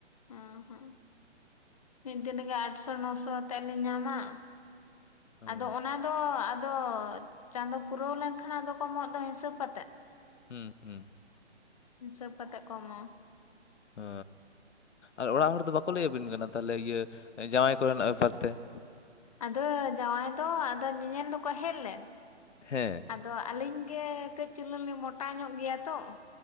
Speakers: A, on the left (about 30°); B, on the left (about 75°).
A: ᱦᱸ ᱦᱮᱸ ᱢᱤᱫ ᱫᱤᱱᱜᱮ ᱟᱴᱥᱚ ᱱᱚᱥᱚ ᱠᱟᱛᱮ ᱞᱮ ᱧᱟᱢᱟ ᱾
B: ᱦᱩᱸ
A: ᱟᱫᱚ ᱚᱱᱟ ᱫᱚ ᱟᱫᱚ ᱪᱟᱸᱫᱚ ᱯᱩᱨᱟᱹᱣ ᱞᱮᱱᱠᱷᱟᱱ ᱟᱫᱚ ᱠᱚᱢᱚᱜ ᱫᱚ ᱦᱤᱥᱟᱹᱵ ᱠᱟᱛᱮᱜ ᱾
B: ᱦᱮᱸ ᱦᱮᱸ
A: ᱦᱤᱥᱟᱹᱵ ᱠᱟᱛᱮ ᱠᱚ ᱮᱢᱚᱜ ᱟ ᱾
B: ᱚ ᱟᱨ ᱚᱲᱟᱜ ᱦᱚᱲ ᱫᱚ ᱵᱟᱠᱚ ᱞᱟᱹᱭ ᱟᱹᱵᱤᱱ ᱠᱟᱱᱟ ᱛᱟᱦᱞᱮ ᱤᱭᱟᱹ ᱡᱟᱶᱟᱭ ᱠᱚᱨᱮᱱᱟᱜ ᱵᱮᱯᱟᱨ ᱛᱮ ᱾
A: ᱟᱫᱚ ᱡᱟᱶᱟᱭ ᱫᱚ ᱟᱫᱚ ᱧᱮᱧᱮᱞ ᱫᱚᱠᱚ ᱦᱮᱡ ᱞᱮᱱ
B: ᱦᱮᱸ
A: ᱟᱫᱚ ᱟᱹᱞᱤᱧ ᱜᱮ ᱠᱟᱹᱡ ᱪᱩᱞᱟᱹᱝ ᱞᱮ ᱢᱚᱴᱟ ᱧᱚᱜ ᱜᱮᱭᱟ ᱛᱚ